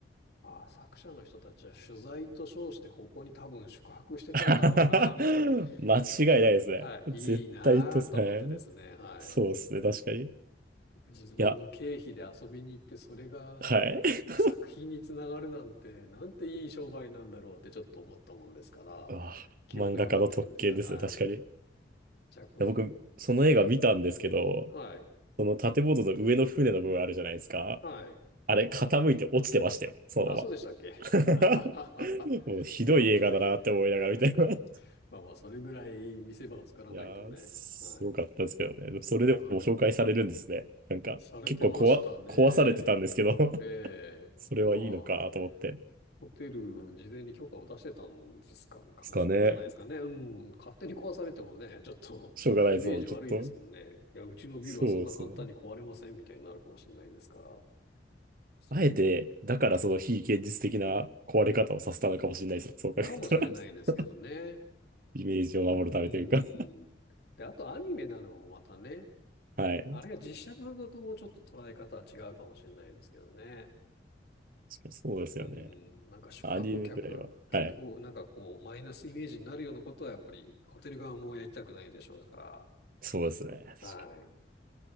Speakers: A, on the left; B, on the right.
A: あ、作者の人たちは取材と称してここに多分宿泊してたんだろうな、
B: <laughs>
A: みた
B: 間違いないですね。
A: い。いはい、
B: 絶対とさ、
A: いいなと思ってですね、はい。
B: そうですね、確かに。い
A: 自分の経費で遊びに行って、
B: や、
A: それが
B: はい。
A: え作品につながるなんて、なんていい商売なんだろうってちょっと思ったもんですから、
B: <laughs> うわ漫画家の特権ですね、
A: 記憶に残ってるんですよ。はい。
B: 確かに。い
A: じゃこ、
B: や僕、その映画見たんですけど、
A: はい。
B: その建物の上の船の部分あるじゃないですか。
A: はい。
B: あれ、傾いて落ちてましたよ、そのまま。
A: あ、そうでしたっけ
B: <laughs>
A: <laughs>
B: もうひどい映画だなって思いながら見たいな。
A: そうなんですね。<laughs> まあまあ、それぐらい見せ場を作らないとね。
B: いやー、すごかったですけどね。
A: はい。
B: でもそれでも紹介されるんですね。
A: はい。
B: なんか、
A: されてましたね。
B: 結構こわ、壊されてたんですけど <laughs>
A: ええ。
B: それはいいのかと思って。
A: まあ、ホテル、事前に許可を出してたんですか、かもしれない、
B: すかね。
A: じゃないですかね。うん。勝手に壊されてもね、ちょっと <laughs>、
B: しょうがない、
A: イメージ悪いですもんね。
B: その、ちょっと。
A: いや、うちのビルはそんな簡単に壊れませんみたいになるかもしれないですから。
B: そうですね。
A: そういうのは。
B: あえて、だからその非現実的な壊れ方をさせたのかもしれないです。そう考えたら
A: かもしれないですけどね。
B: <laughs> イメージを守るためというか
A: うん。で、あとアニメなのもまたね、
B: はい。確か
A: あれが実写版だともうちょっと捉え方は違うかもしれないですけどね。
B: にそうですよね。
A: うん。なんか宿泊客が結構なんかこうマイナスイメージになるようなことはやっぱりホテル側もやりたくないでしょうから。
B: アニメくらいは。はい。そうですね。
A: はい。
B: 確かに。